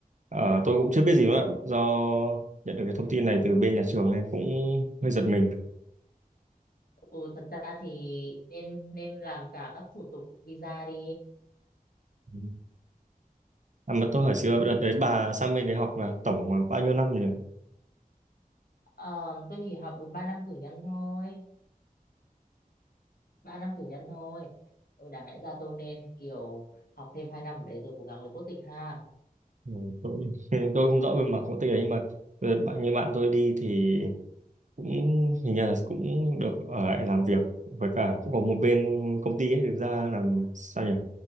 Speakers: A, on the right; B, on the left.
A: ờ, tôi cũng chưa biết gì nữa do nhận được cái thông tin này từ bên nhà trường nên cũng hơi giật mình
B: ừ, thật ra thì nên nên làm cả các thủ tục visa đi
A: Ừ. À, mà tôi hỏi xíu đợt đấy bà sang bên đấy học là tổng là bao nhiêu năm nhỉ?
B: Ờ, tôi chỉ học đúng 3 năm cử nhân thôi 3 năm cử nhân thôi ừ, đáng lẽ ra tôi nên kiểu học thêm 2 năm ở đấy rồi cố gắng lấy quốc tịch ha
A: Ừ, tôi <laughs> tôi không rõ về mặt quốc tịch ấy nhưng mà ờ, bạn như bạn tôi đi thì cũng hình như là cũng được ở lại làm việc với cả cũng có một bên công ty ấy đứng ra làm sao nhỉ